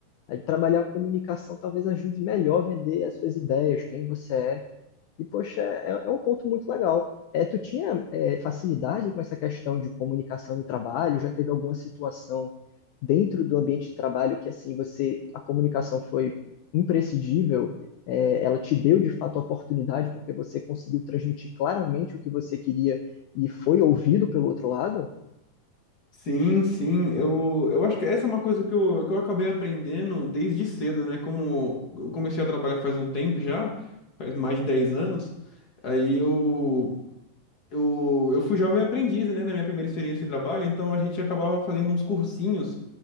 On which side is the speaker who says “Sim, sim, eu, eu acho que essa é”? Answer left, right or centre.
Left